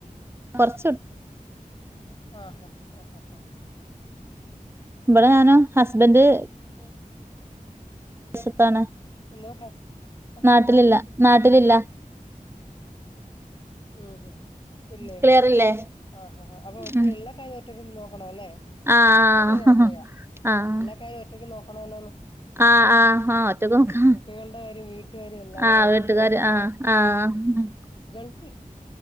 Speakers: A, on the right (about 15°); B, on the left (about 35°).
A: കൊറച്ച
B: ആ ഹാ ഹാ ഹാ ഹാ ഹാ
A: ഇവിടെ ഞാന ഹസ്ബന്ഡ് വിശത്താണ്
B: എന്തോ ഹസ് ഹസ്ബന്റ്
A: നാട്ടിലില്ല നാട്ടിലില്ല
B: ഉ ഹ ഇല്ലേ
A: ക്ലിയറില്ലേ
B: ആ ഹാ അപ്പൊ ഒറ്റ
A: ഉം
B: എല്ലാ കാര്യും ഒറ്റയ്ക്ക് നോക്കണ അല്ലേ
A: ആഹ്
B: ആ ക്ലിയറ
A: ആഹ്
B: ക്ലളിയ
A: ആഹ്
B: എല്ലാ കാര്യം ഒറ്റയ്ക്ക് നോക്കണല്ലോന്ന്
A: ആഹ് ആഹ് ആഹ് ഒറ്റക്ക് നോക്കാ
B: കുട്ടികളുടെ കാര്യം വീട്ട കാര്യം എല്ലാം കൂടെ
A: ആഹ്
B: ഒറ്റക്ക്
A: വീട്ടുകാര്
B: നോക്കണ്ടേ
A: ആഹ് ആഹ്
B: ഗൾഫിൽ